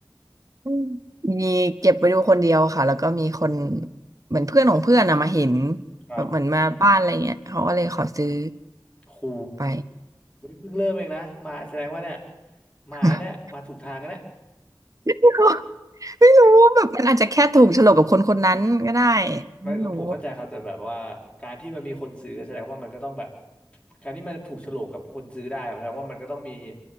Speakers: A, on the right; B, on the left.
A: อืมมีเก็บไว้ดูคนเดียวค่ะแล้วก็มีคนเหมือนเพื่อนของเพื่อนอะมาเห็น
B: ครับ
A: แบบเหมือนมาบ้านอะไรเงี้ยเขาก็เลยขอซื้อ
B: ครู
A: ไป
B: วันนี้เพิ่งเริ่มเองนะมาแสดงว่าเนี่ยมาเนี่ยมาถูกทางกันแล้ว
A: <laughs> ก็ไม่รู้แบบมันอาจจะแค่ถูกโฉลกกับคนคนนั้นก็ได้
B: มันผมเข้าใจครับแต่แบบว่าการที่มันมีคนซื้อแสดงว่ามันก็ต้องแบบ
A: ไม่รู้
B: การที่มันถูกโฉลกกับคนซื้อได้แสดงว่ามันก็ต้องมี